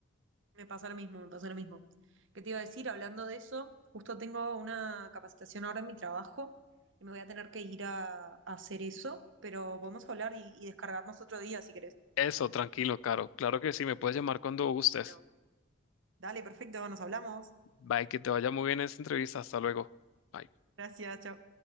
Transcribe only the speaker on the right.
me pasa lo mismo, me pasa lo mismo. ¿Qué te iba a decir? Hablando de eso, justo tengo una capacitación ahora en mi trabajo y me voy a tener que ir a, a hacer eso, pero podemos hablar y, y descargarnos otro día si querés.
Bueno, dale, perfecto, nos hablamos.
Gracias, chao.